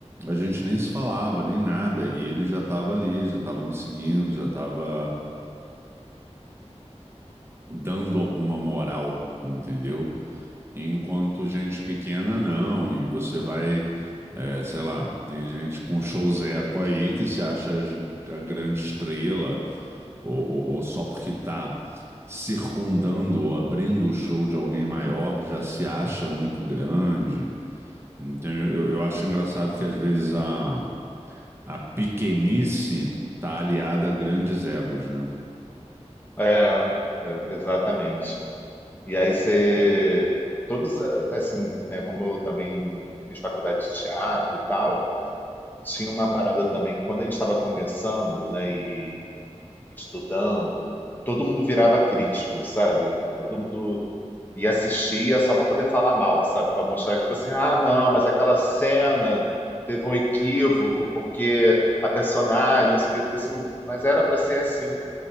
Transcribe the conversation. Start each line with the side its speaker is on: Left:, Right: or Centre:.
Right: a gente nem se falava, nem nada, e ele já estava ali, já estava me seguindo, já estava dando alguma moral, entendeu? Enquanto gente pequena, não. E você vai, é, sei lá, tem gente com showzeco aí que se acha a grande estrela, ou, ou- ou só porque tá circundando ou abrindo o show de alguém maior, já se acha muito grande. Então eu, eu acho engraçado que às vezes a, a pequenice tá aliada a grandes egos, né? <laughs>
Left: É, é, exatamente. E aí você, todos, eh, assim, né, como eu também fiz faculdade de teatro e tal, tinha uma parada também, que quando a gente estava começando, né, e estudando, todo mundo virava crítico, sabe? Todo mundo e assistia só para poder falar mal, sabe? Para mostrar que, tipo assim, ah, não, mas aquela cena teve um equívoco porque a personagem, não sei o quê, tipo assim, mas era para ser assim.